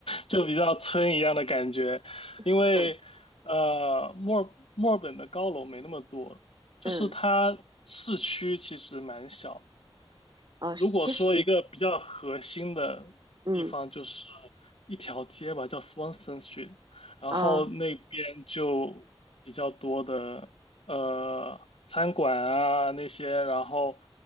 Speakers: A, on the left; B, on the right.
A: 就比较村一样的感觉，因为呃墨尔墨尔本的高楼没那么多，
B: <laughs> 嗯
A: 就是它市区其实蛮小。
B: 嗯。哦，
A: 如果说一个比较核心的地方，
B: 其实嗯
A: 就是一条街吧，叫 Swanson Street，然后那边就比较多的呃餐馆啊那些，
B: 啊
A: 然后